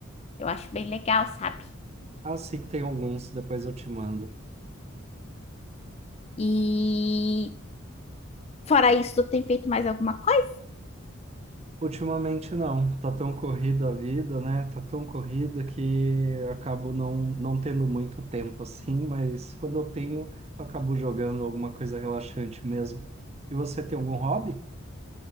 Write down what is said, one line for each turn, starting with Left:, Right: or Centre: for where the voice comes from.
Left: eu acho bem legal, sabe?
Right: Ah, sim, tem alguns, depois eu te mando.
Left: E fora isso, tu tem feito mais alguma coisa?
Right: Ultimamente não, tá tão corrida a vida, né? Tá tão corrida que eu acabo não, não tendo muito tempo assim, mas quando eu tenho, eu acabo jogando alguma coisa relaxante mesmo. E você tem algum hobby?